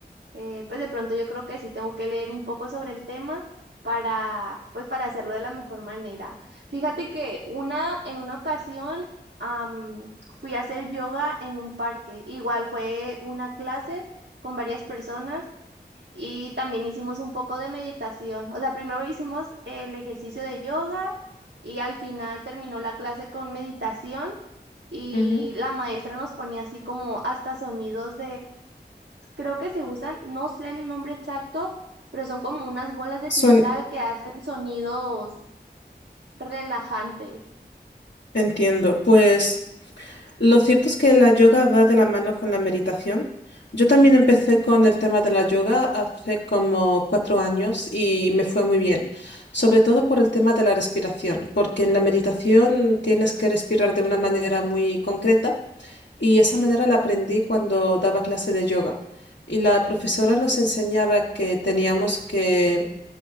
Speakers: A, on the right; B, on the left.
A: Eh, pues de pronto yo creo que sí tengo que leer un poco sobre el tema para, pues para hacerlo de la mejor manera. Fíjate que una, en una ocasión am, fui a hacer yoga en un parque. Igual fue una clase con varias personas y también hicimos un poco de meditación. O sea, primero hicimos el ejercicio de yoga y al final terminó la clase con meditación y
B: Ujú.
A: la maestra nos ponía así como hasta sonidos creo que se usan, no sé el nombre exacto, pero son como unas bolas de
B: Suen-
A: cristal que hacen sonidos relajantes.
B: entiendo. Pues. Lo cierto es que la yoga va de la mano con la meditación. Yo también empecé con el tema de la yoga hace como cuatro años y me fue muy bien, sobre todo por el tema de la respiración, porque en la meditación tienes que respirar de una manera muy concreta y esa manera la aprendí cuando daba clase de yoga. Y la profesora nos enseñaba que teníamos que